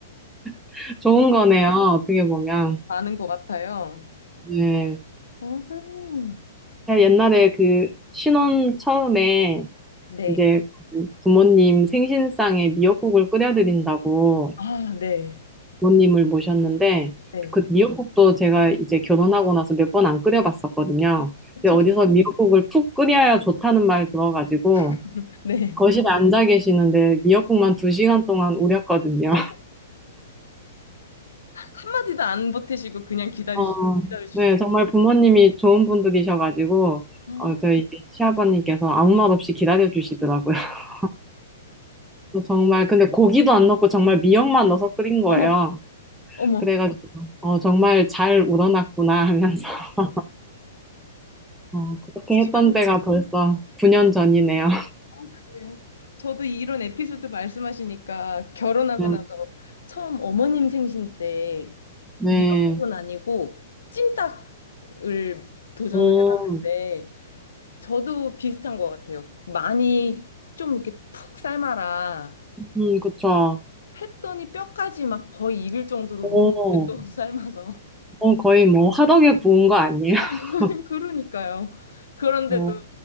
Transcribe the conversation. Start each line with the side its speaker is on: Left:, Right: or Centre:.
Centre: <laughs> 좋은
Left: <laughs>
Centre: 거네요, 어떻게 보면.
Left: 많은 것 같아요.
Centre: 네.
Left: 음.
Centre: 제가 옛날에 그 신혼 처음에
Left: 네.
Centre: 이제 그 부모님 생신상에 미역국을 끓여드린다고
Left: 아, 네.
Centre: 부모님을 모셨는데
Left: 네.
Centre: 그 미역국도 제가 이제 결혼하고 나서 몇 번 안 끓여봤었거든요.
Left: 그쵸,
Centre: 근데 어디서 미역국을 푹 끓여야 좋다는 말 들어가지고
Left: <laughs> 네.
Centre: 거실에 앉아 계시는데 미역국만 두 시간 동안 우렸거든요.
Left: 어, 한마디도 안 보태시고 그냥 기다리시,
Centre: 어,
Left: 기다려주셨어요.
Centre: 네, 정말 부모님이 좋은 분들이셔가지고,
Left: 어?
Centre: 어, 저희 시아버님께서 아무 말 없이 기다려주시더라고요. <laughs> 또 정말, 근데 고기도 안 넣고 정말 미역만 넣어서 끓인 거예요.
Left: 어머, 어머.
Centre: 그래가지고, 어, 정말 잘 우러났구나 하면서, <laughs> 어, 그렇게
Left: 지금
Centre: 했던 때가 벌써 9년 전이네요.
Left: 그래요. 저도 이런 에피소드 말씀하시니까 결혼하고
Centre: <laughs> 네,
Left: 나서 처음 어머님 생신 때
Centre: 네.
Left: 미역국은 아니고 찜닭을 도전을
Centre: 오,
Left: 해봤는데 저도 비슷한 것 같아요. 많이 좀 이렇게 푹 삶아라.
Centre: 음, 그쵸.
Left: 했더니 뼈까지 막 거의 익을 정도로
Centre: 오,
Left: 너무 오랫동안 삶아서.
Centre: 어, 거의 뭐 화덕에 구운 거 아니에요? <laughs>
Left: <laughs> 그러니까요. 그런데도
Centre: 어,